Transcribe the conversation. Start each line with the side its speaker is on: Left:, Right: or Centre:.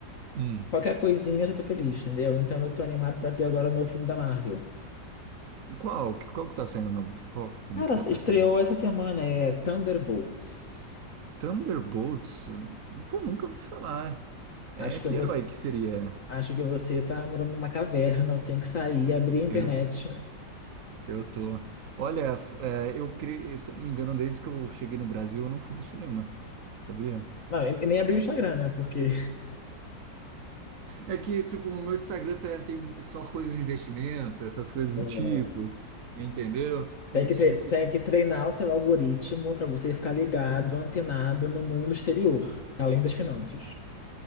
Right: Hum.
Left: Qualquer coisinha eu já tô feliz, entendeu? Então eu tô animado pra ver agora o novo filme da Marvel.
Right: Qual? Qual que tá saindo? novo? Qual o filme
Left: Cara,
Right: que tá pra
Left: estreou
Right: sair?
Left: essa semana, é Thunderbolts.
Right: Thunderbolts? Pô, nunca ouvi falar. É,
Left: Acho
Right: que
Left: que você,
Right: herói que seria?
Left: acho que você tá morando numa caverna, você tem que sair, abrir
Right: Eu,
Left: a internet.
Right: eu tô. Olha, f- é, eu cre... se eu não me engano, desde que eu cheguei no Brasil, eu não fui no cinema. Sabia?
Left: Não, e- e nem abrir o Instagram, né? Porque
Right: É que, tipo, o meu Instagram tá- tem só coisas de investimento, essas coisas
Left: Hum.
Right: do tipo, entendeu?
Left: tem
Right: Muito
Left: que, tre-
Right: difícil.
Left: tem que treinar o seu algoritmo pra você ficar ligado, antenado no mundo exterior, além das finanças.